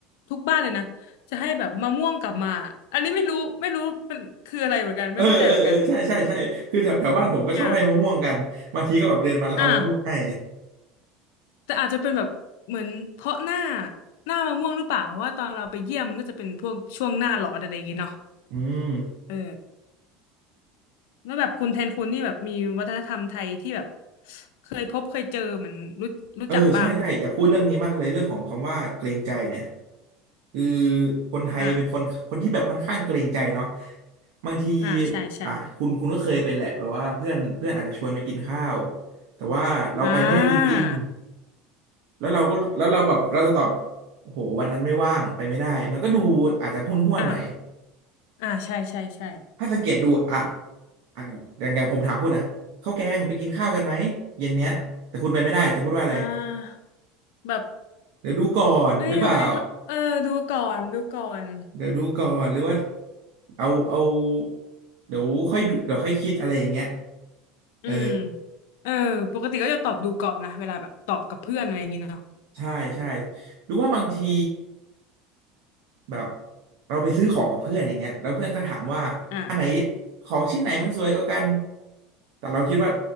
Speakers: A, on the left; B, on the right.
A: ทุกบ้านเลยนะ จะให้แบบมะม่วงกลับมา อันนี้ไม่รู้ไม่รู้เป็นคืออะไรเหมือนกันไม่เข้าใจเหมือนกัน
B: เออเออเออใช่ใช่ใช่คือแถวแถวบ้านผมก็ชอบให้มะม่วงกันบางทีก็แบบเดินมาแล้วเอามะม่วงให้
A: อ่าอ่าแต่อาจจะเป็นแบบเหมือนเพราะหน้าหน้ามะม่วงหรือเปล่าเพราะว่าตอนเราไปเยี่ยมมันก็จะเป็นพวกช่วงหน้าร้อนอะไรอย่างเงี้ยเนาะ
B: อืม
A: เออแล้วแบบคุณแทนคุณนี่แบบมีวัฒนธรรมไทยที่แบบเคยพบเคยเจอเหมือนรู้รู้จักบ้างไหมคะ
B: เออใช่ใช่อยากพูดเรื่องนี้มากเลยเรื่องของคำว่าเกรงใจเนี่ยคือคนไทยเป็นคนคนที่แบบค่อนข้างเกรงใจเนาะ
A: อ่า
B: บางที
A: อ่าใช่ใช่
B: อ่ะคุณคุณก็เคยเป็นแหละแบบว่าเพื่อนเพื่อนอาจจะชวนไปกินข้าวแต่ว่าเราไปไม่ได้จริง
A: อ่า
B: ๆแล้วเราก็แล้วเราแบบเราจะตอบโอ้โหวันนั้นไม่ว่างไปไม่ได้มันก็ดูอาจจะห้วนๆหน่อย
A: อ่าอ่าใช่ใช่ใช่
B: ถ้าสังเกตดูอ่ะอ่ะอย่างอย่างผมถามคุณนะข้าวแกงไปกินข้าวกันไหมเย็นเนี้ยแต่คุณไปไม่ได้แต่พูดว่าอะไร
A: อ่าแบบ
B: เดี๋ยวดูก่อนหรือเปล่า
A: เอ้ยไว้เออดูก่อนดูก่อน
B: เดี๋ยวดูก่อนหรือว่าเอาเอาเดี๋ยวค่อยดูเดี๋ยวค่อยคิดอะไรอย่างเงี้ย
A: อืม
B: เออ
A: เออปกติก็จะตอบดูก่อนนะเวลาแบบตอบกับเพื่อนอะไรอย่างงี้เนาะ
B: ใช่ใช่หรือว่าบางทีแบบเราไปซื้อของกับเพื่อนอย่างเงี้ยแล้วเพื่อนก็ถามว่าอันไหน
A: อ่า
B: ของชิ้นไหนมันสวยกว่ากันแต่เราคิดว่า